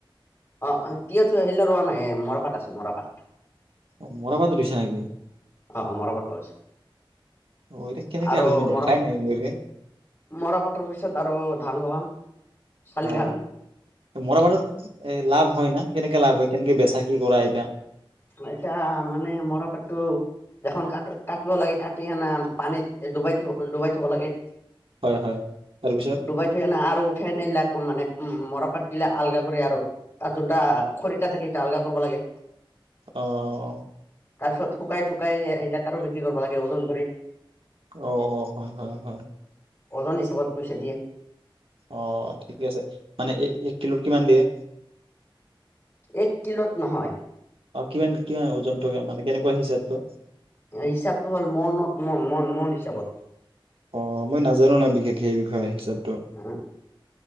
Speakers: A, on the left; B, on the right.
A: অ অ কি থ আহিল ৰোৱা নাই মৰাপাত আছে মৰাপাত
B: অ মৰা পাতো দিছে নেকি
A: অ অ মৰাপাট লইছে
B: অ এতিয়া কেনেকে
A: আৰু
B: হয় মই দেখাই
A: মৰা
B: নাই মোৰে
A: মৰাপাটৰ পিছত আৰু ধান লগাম চালি
B: অ
A: ধান
B: মৰাপাটত, এ লাভ হয় ন কেনেকে লাভ হয় কেনেকে বেচাক কি কৰা এটা।
A: এতিয়া মানে মৰাপাতটো, এখন ক কাটিব লাগে কাটি সেনা পানীত ডুবাই থব ডুবাই থব লাগে।
B: হয় হয় তাৰপিছত
A: ডুবাইতো এনা আৰু উঠে নিলাক মানে মৰ। পাত দিলে আলগা কৰি আৰু তাত যোনটা খৰিটা থাকে সটা আলগা কৰিব লাগে।
B: আহ।
A: তাৰ পিছত শুকাই থুকাই সেই তাকো বিক্ৰী কৰিব লাগে ওজন কৰি।
B: অ হয় হয় হয়।
A: ওজন হিচাপত পইচা দিয়ে।
B: অ ঠিকে আছে মানে এক কিলোত কিমান দিয়ে।
A: এক কিলোত নহয়।
B: অ কিমান কিমান ওজনটো মানে কেনেকুৱা হিচাপ তো।
A: হিচাপটো হ'ল মনত মন মন মন হিচাপত।
B: অ মই নাজানো নাই বিশেষ সেই বিষয়ে হিচাপে।
A: উ